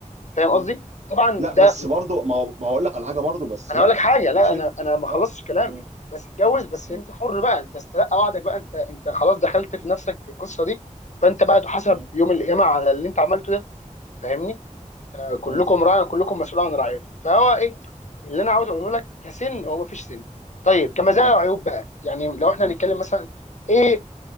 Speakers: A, on the left (about 60°); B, on the right (about 60°).
A: فاهم قصدي؟
B: مم.
A: طبعا
B: لا
A: ده
B: بس برضه ما هو ما هقول لك على حاجه برضه بس
A: انا
B: لا
A: هقول لك حاجه لا
B: وشر
A: انا انا ما خلصتش
B: اه
A: كلامي
B: مم.
A: بس اتجوز
B: مم.
A: بس
B: مم.
A: انت حر بقى انت استلقى وعدك بقى انت انت خلاص دخلت في نفسك في القصه دي فانت بقى تحاسب
B: مم.
A: يوم القيامه على اللي انت عملته ده فاهمني؟ كلكم
B: مم.
A: راع كلكم مسؤول عن رعيته فهو ايه اللي انا عاوز اقوله لك كسن هو مفيش سن طيب كمزايا
B: مم.
A: وعيوب بقى يعني لو احنا
B: مم.
A: هنتكلم مثلا ايه